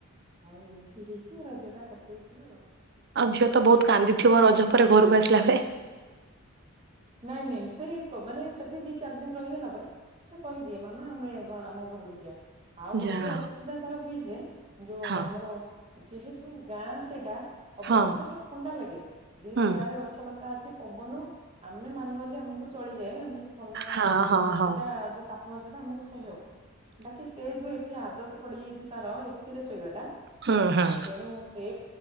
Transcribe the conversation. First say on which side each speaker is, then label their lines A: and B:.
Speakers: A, on the right; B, on the right.
A: ଆଉ ଏମିତି ହେଇଛି ରଜ ଟା କଟେଇଥିଲୁ ଆଉ
B: ଆଉ ଝିଅ ତ ବହୁତ କାନ୍ଦିଥିବ ରଜ ପରେ ଘରକୁ ଆସିଲା ବେଳେ
A: ନାଇଁ ନାଇଁ ସେ ମାନେ ସେଠି ଦି ଚାରି ଦିନ ରହିଗଲା ପରେ ସେ କହିଦିଏ ମାମା ଆମେ ଆମ ଘରକୁ ଯିବା ଆଉ ଗୋଟେ
B: ଯାହା
A: ଅସୁବିଧା ତାର ହୁଏ ଯେ ଯୋଉ
B: ହଉ
A: ଆମର ଯେହେତୁ ଗାଁ ସେଟା ଅବଶ୍ୟ
B: ହଁ
A: ସେଇଟା ଥଣ୍ଡା ଲାଗେ ଯେହେତୁ
B: ହଁ ହୁଁ
A: ଗାଁରେ ଗଛ ଲତା ଅଛି ପବନ ଆମେ ମାନୁଆଲି ଆମକୁ ଚଳିଯାଏ ଆମକୁ ଥଣ୍ଡା ମାନେ
B: ହଁ ହଁ ହଁ
A: ସେଇଟା ଯୋଉ ମାତ୍ର ଟା ଆମକୁ ସହ୍ୟ ବାକି ସେ ଯୋଉ ଏଠି ଆଦତ ପଡିଯାଇଛି ତାର ଏସି ରେ ଶୋଇବା ଟା
B: ହୁଁ ହୁଁ
A: ତେଣୁ ସେ